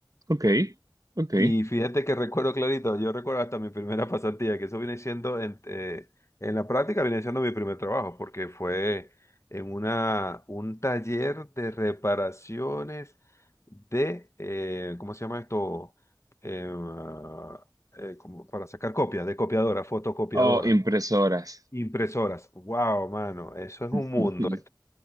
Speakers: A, on the right; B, on the left.
A: Ok, ok.
B: Y fíjate que recuerdo clarito, yo recuerdo hasta mi primera <laughs> pasantía, que eso viene siendo, en, eh, en la práctica viene siendo mi primer trabajo, porque fue en una, un taller de reparaciones de, eh, ¿cómo se llama esto? Em, ah, eh, como para sacar copias, de copiadora, fotocopiadora.
A: Oh, impresoras.
B: Impresoras. Wow, mano, eso es
A: <laughs>
B: un mundo.